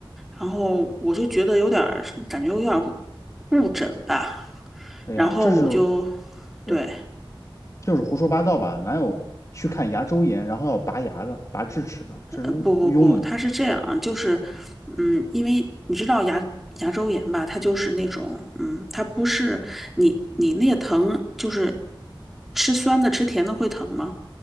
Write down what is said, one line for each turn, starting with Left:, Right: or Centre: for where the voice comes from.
Centre: 然后我就觉得有点儿感觉有点儿误诊吧，
Left: 哎呀，
Centre: 然后我就
Left: 这是，对，
Centre: 对。
Left: 就是胡说八道吧？哪有去看牙周炎，然后要拔牙的、拔智齿的？这是误庸医。
Centre: 呃，不不不，它是这样啊，就是，嗯，因为你知道牙牙周炎吧，它就是那种，嗯，它不是你你那个疼，就是吃酸的吃甜的会疼吗？